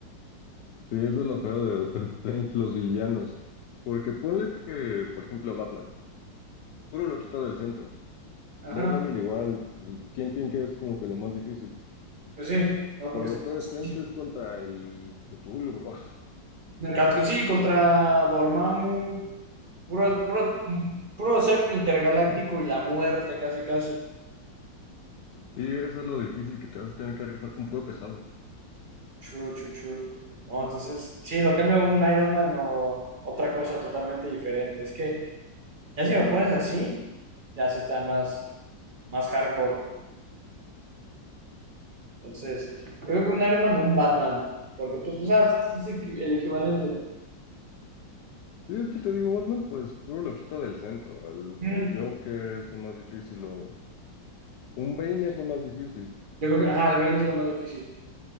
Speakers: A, on the left; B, on the right.
A: Sí, eso es lo feo de Doctor <laughs> Strange, los villanos. Porque ponle que, por ejemplo, Batman, puro loquito del centro.
B: Ajá,
A: Daredevil igual, Kingpin que es como que lo más difícil.
B: pues sí, no
A: Pero
B: porque
A: Doctor
B: está rotísimo.
A: Strange es contra el Cthulhu, bro. <laughs>
B: Cat- Sí, contra Dormammu, puro, puro, puro ser intergaláctico y la muerte casi casi.
A: Sí, eso es lo difícil que te vas a tener que rifar con puro pesado.
B: True, true, true. No, entonces, sí, lo cambio a un Iron Man o otra cosa totalmente diferente. Es que ya si lo pones así, ya sí está más, más hardcore. Entonces, yo creo que un Iron Man o un Batman, porque pues, o sea, es equi- el equivalente.
A: Y es que te digo, Batman, pues puro loquito del centro. El
B: Mm,
A: Joker es lo más difícil, o un Bane es lo más difícil.
B: Yo creo que, ajá, el Bane es lo más difícil.